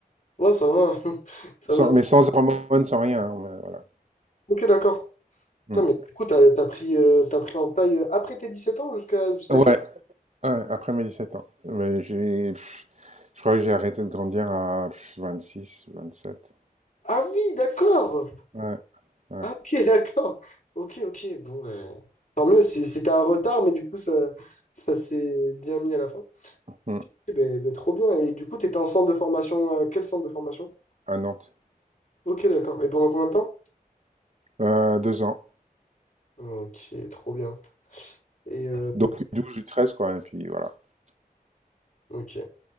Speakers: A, on the left (about 55°); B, on the right (about 50°).
A: Ouais, ça va. <laughs> Ça
B: Sans,
A: va.
B: mais sans hormones, sans rien, hein, ouais, voilà.
A: Ok, d'accord.
B: Mm.
A: Putain, mais du coup, t'as, t'as pris, euh, t'as pris en taille euh, après tes dix-sept ans jusqu'à jusqu'à
B: Ouais,
A: quel...
B: ouais, après mes 17 ans. Mais j'ai, pff, je crois que j'ai arrêté de grandir à pff, 26, 27.
A: Ah oui, d'accord.
B: Ouais, ouais.
A: Ah ok, <laughs> d'accord. Ok, ok. Bon, ben, tant mieux. C'est- C'était un retard, mais du coup, ça, ça s'est bien mis à la fin.
B: Mm.
A: Eh ben, ben, trop bien. Et du coup, t'étais en centre de formation. euh, quel centre de formation?
B: À Nantes.
A: Ok, d'accord. Et pendant combien de temps?
B: Euh, deux ans.
A: Ok, trop bien. Et euh,
B: Donc du 12 ou 13, quoi, et puis voilà.
A: ok.